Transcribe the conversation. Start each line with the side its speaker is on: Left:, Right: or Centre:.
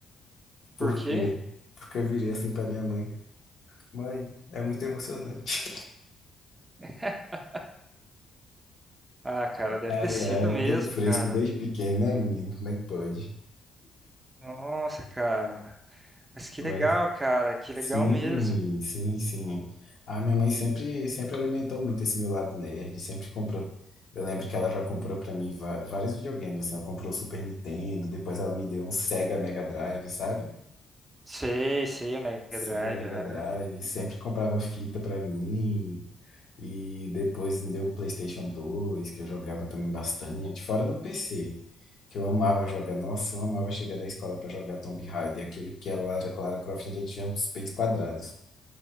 Left: Por
Right: Por quê?
Left: quê? Porque eu virei assim pra minha mãe. Mãe, é muito emocionante.
Right: <laughs> Ah, cara, deve
Left: Ai,
Right: ter sido
Left: ai,
Right: mesmo,
Left: todo fresco
Right: cara.
Left: desde pequeno, né, menino? Como é que pode?
Right: Nossa, cara. Mas que
Left: Mas,
Right: legal, cara. Que
Left: sim,
Right: legal mesmo.
Left: sim, sim. A minha mãe sempre, sempre alimentou muito esse meu lado nerd, sempre comprou. Eu lembro que ela já comprou pra mim va- vários videogames, assim, ela comprou o Super Nintendo, depois ela me deu um Sega Mega Drive, sabe?
Right: Sei, sei, o Mega
Left: Sega
Right: Drive.
Left: Mega
Right: aham.
Left: Drive, sempre comprava fita pra mim. E depois me deu um PlayStation 2, que eu jogava também bastante, fora no PC, que eu amava jogar. Nossa, eu amava chegar da escola para jogar Tomb Raider, aquele que a Lara, Lara Croft ainda tinha os peitos quadrados.